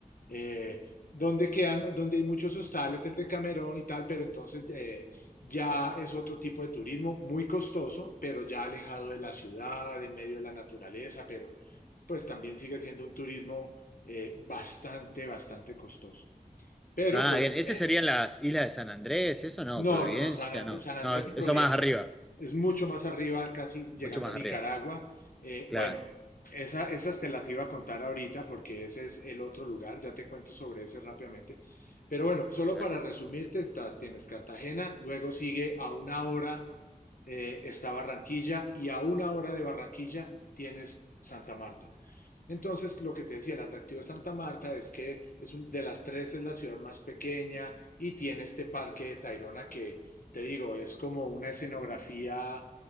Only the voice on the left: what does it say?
eh, donde, quedan, donde hay muchos hostales, el de Camerón y tal, pero entonces eh, ya es otro tipo de turismo muy costoso, pero ya alejado de la ciudad, en medio de la naturaleza, pero pues también sigue siendo un turismo eh, bastante, bastante costoso. Pero
pues
eh,
no,
no, no, San Andrés,
San Andrés
y Providencia
es mucho más arriba, casi llegando
a Nicaragua.
Eh,
bueno, esa, esas te las iba a contar ahorita porque ese es el otro lugar, ya te cuento sobre ese rápidamente. Pero bueno, solo
para resumirte, estás, tienes Cartagena, luego sigue a una hora eh, está Barranquilla y a una hora de Barranquilla tienes Santa Marta. Entonces, lo que te decía, el atractivo de Santa Marta es que es un- de las tres es la ciudad más pequeña y tiene este parque de Tayrona que, te digo, es como una escenografía